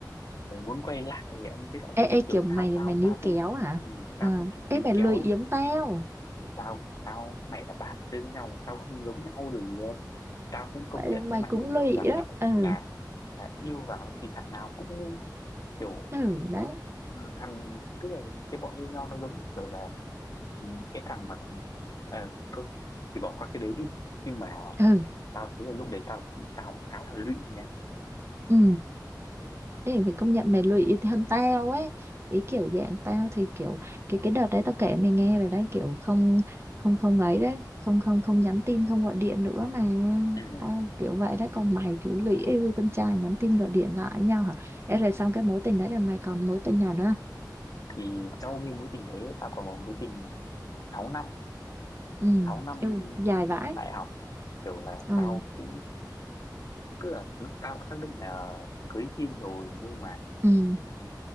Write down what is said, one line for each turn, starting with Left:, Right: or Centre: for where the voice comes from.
Left: ờ, muốn quay lại thì anh cứ bảo
Right: ê, ê
Left: kiểu
Right: kiểu mày
Left: tao tao
Right: mày níu
Left: tao cũng
Right: kéo hả?
Left: ừ,
Right: À,
Left: tao cũng kiểu
Right: ê
Left: níu
Right: mày lười
Left: kéo ấy
Right: yếm
Left: kiểu,
Right: tao.
Left: thì tao tao mày là bạn chơi với nhau mà sao không giống nhau được tao cũng công
Right: Vậy
Left: nhận
Right: mày
Left: với mày
Right: cũng
Left: một
Right: lười
Left: điều rằng
Right: đó.
Left: ấy
Right: Ừ.
Left: là, là yêu vào thì thằng nào cũng ngu kiểu
Right: Ừ đấy.
Left: ừ, thằng tức là cái bọn yêu nhau nó giống như kiểu là ừ, cái thằng mà ờ, thôi thì bỏ qua cái đấy đi nhưng mà
Right: Ừ.
Left: tao thấy là lúc đấy tao tao cũng khá là lụy nha
Right: Ừ. Thế thì phải công nhận mày lụy hơn tao ấy ý kiểu dạng tao thì kiểu cái cái đợt đấy tao kể mày nghe rồi đấy kiểu không không không ấy đấy không không không nhắn tin không gọi điện nữa mà
Left: ừ.
Right: tao kiểu vậy đấy còn mày thì lụy yêu con trai nhắn tin gọi điện lại với nhau hả Ê, rồi xong cái mối tình đấy là mày còn mối tình nào nữa không?
Left: thì sau khi mối tình đấy tao còn một mối tình sáu năm
Right: ừ
Left: sáu năm
Right: yêu dài vãi
Left: đại học kiểu là
Right: ừ
Left: tao cũng tức là tao cũng xác định là cưới xin rồi nhưng mà
Right: ừ
Left: ừ,